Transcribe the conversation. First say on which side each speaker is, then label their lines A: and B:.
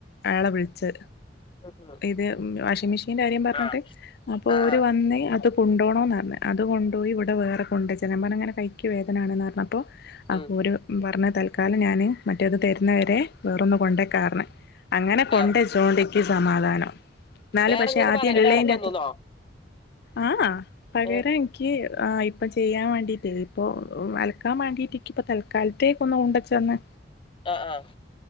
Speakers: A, on the left (about 60°); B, on the left (about 30°).
A: അയാളെ വിൾച്
B: ഉം ഉം
A: ഇത് വാഷിംഗ് മിഷീന്റെ കാര്യം പർഞ്ഞിട്ട്
B: ആഹ്
A: അപ്പൊ
B: ആഹ്
A: ഓര്
B: ആഹ്
A: വന്ന് അത് കൊണ്ടോണോ ന്നർഞ് അത് കൊണ്ടോയി വ് ടെ വേറെ കൊണ്ടേച്ച്ണ് ഞാമ്പർ നമ്പൻ അങ്ങനെ കൈക്ക് വേദന ആണെന്ന് പറഞ്ഞ അപ്പോ അപ്പോര്
B: ഉം
A: പർഞ്ഞെ തൽക്കാലം ഞാന് മറ്റേത് തര് ന്നവെ രെ വേറൊന്ന് കൊണ്ടേക്കാർഞ് അങ്ങനെ കൊണ്ടേച്ചോണ്ടിക്ക്
B: ആഹ്
A: സമാധാനം ന്നാല്
B: വേറെങ്ങക്ക്
A: പക്ഷെ ആദ്യ
B: പകരം
A: ഇള്ളേന്റെ
B: വേറെ തന്നൂന്നോ
A: അത്ര ആ പകരം
B: ഏഹ്
A: ൻക്ക് ആ ഇപ്പ ചെയ്യാൻ വേണ്ടീട്ടെ ഇപ്പോ അലക്കാൻ വേണ്ടീട്ട് ക്ക് പ്പോ തൽക്കാലത്തേക്ക് ഒന്ന് കൊണ്ടെച്ച തെന്നെ.
B: ആ, ആ.